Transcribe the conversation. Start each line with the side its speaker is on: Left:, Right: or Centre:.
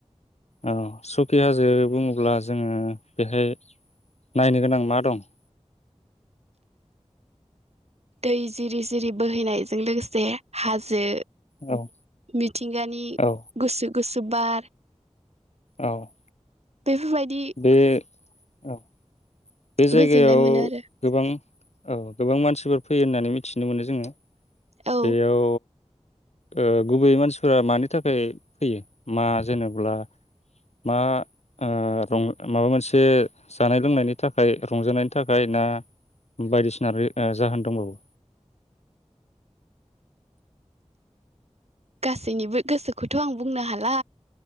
Left: औ सुकि हाजो बुङोब्ला जोङो बेहाय नायनो गोनां मा दं?
Right: दै जिरि जिरि बोहैनायजों लोगोसे हाजो।
Left: औ
Right: मिथिंगानि
Left: औ
Right: गुसु गुसु। सु बार
Left: औ
Right: बेफोरबायदि
Left: बे औ बे जायगायाव
Right: गोजोननाय मोनो आरो
Left: गोबां औ गोबां मानसिफोर फैयो होननानै मिथिनो मोनो जोङो।
Right: औ
Left: बेयाव ओ गुबैयै मानसिफोरा मानि थाखाय फैयो मा जेनेब्ला मा ओ रं माबा मोनसे जानाय लोंनायनि थाखाय रंजानायनि थाखाय ना बायदिसिना रि ओ जाहोन दंबावो?
Right: गासैनिबो गोसोखौ थ' आं बुंनो हाला।